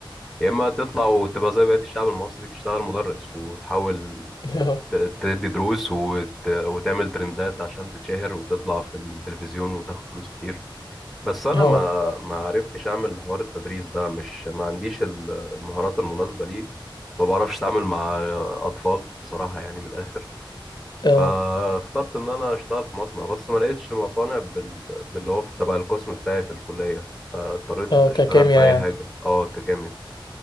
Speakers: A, in the centre; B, on the left (about 55°).
A: يا اما تطلع وتبقى زي بقية الشعب المصري تشتغل مدرس وتحاول
B: <laughs>
A: ت- تدي دروس وت... وتعمل ترندات عشان تتشهر وتطلع في التلفزيون وتاخد فلوس كتير بس انا
B: اه
A: ما
B: اه
A: ما عرفتش اعمل حوار التدريس ده مش ما عنديش ال- المهارات المناسبة ليه ما بعرفش اتعامل مع اطفال بصراحة يعني من الاخر
B: آه.
A: فاخترت ان انا اشتغل في مصنع بس ما لقيتش مصانع بال... باللي هو في- تبع القسم بتاعي في الكلية فاضطريت
B: اه
A: اشتغل
B: ككيمياء
A: في اي
B: يعني
A: حاجة اه ككيمياء